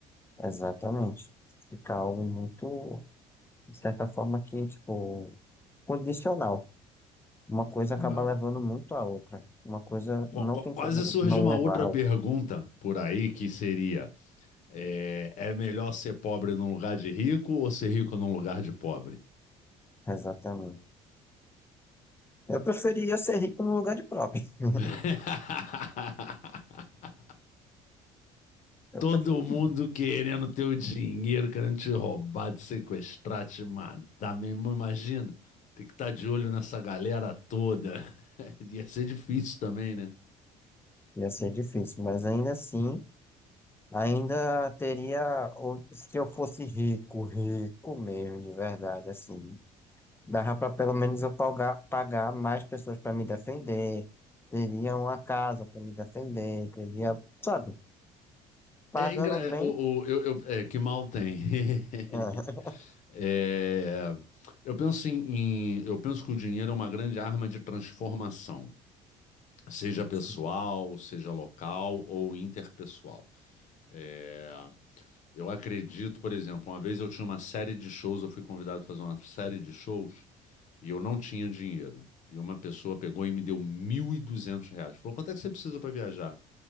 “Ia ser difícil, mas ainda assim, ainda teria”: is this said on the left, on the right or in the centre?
Left